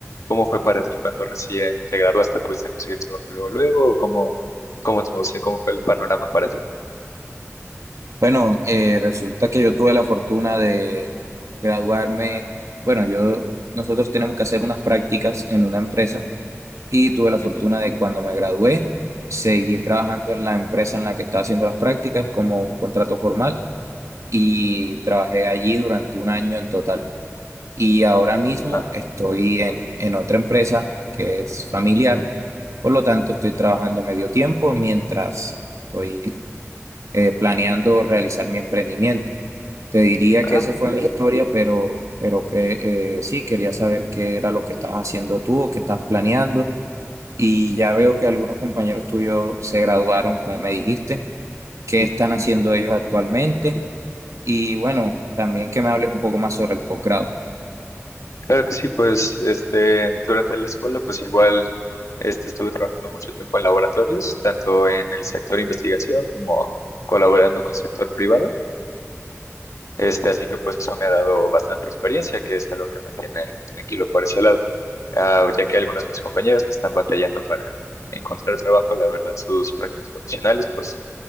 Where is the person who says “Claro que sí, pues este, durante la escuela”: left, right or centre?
Left